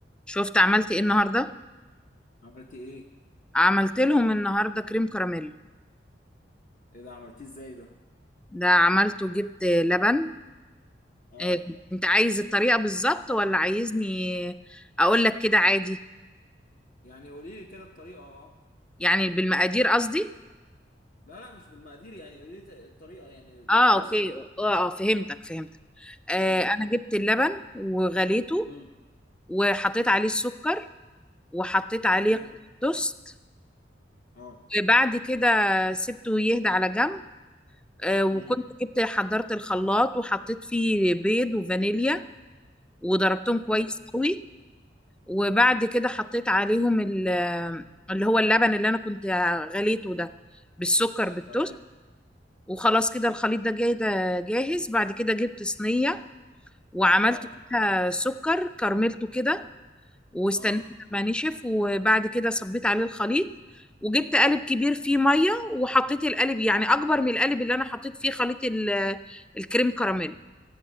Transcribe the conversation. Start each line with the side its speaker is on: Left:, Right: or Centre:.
Centre: شفت عملت ايه النهارده
Left: عملتي ايه
Centre: عملت لهم النهارده كريم كراميل
Left: ايه ده عملتيه ازاي ده
Centre: ده عملته جبت لبن
Left: اه
Centre: إيه، انت عايز الطريقه بالظبط ولا عايزني اقول لك كده عادي
Left: يعني قولي لي كده الطريقه اه
Centre: يعني بالمقادير قصدي
Left: لا لا مش بالمقادير يعني قولي لي ت- الطريقه يعني ال-
Centre: اه
Left: الوصف
Centre: اوكي اه اه فهمتك فهمتك آه
Left: امم
Centre: انا جبت اللبن وغليته
Left: امم
Centre: وحطيت عليه السكر وحطيت عليه
Left: تمام
Centre: قطع توست
Left: اه
Centre: وبعد كده سبته يهدى على جنب آه وكنت
Left: امم
Centre: جبت حضرت الخلاط وحطيت فيه بيض وفانيليا وضربتهم
Left: تمام
Centre: كويس قوي وبعد كده حطيت عليهم ال- اللي هو اللبن اللي انا كنت غليته ده بالسكر بالتوست
Left: تمام
Centre: وخلاص كده الخليط ده جاي ده جاهز بعد كده جبت صينية وعملت
Left: اه
Centre: فيها سكر كرملته كده واستنيت
Left: اه
Centre: لما نشف وبعد كده صبيت عليه الخليط وجبت قالب كبير فيه مية وحطيت القالب يعني أكبر من القالب اللي أنا حطيت فيه خليط ال- الكريم كراميل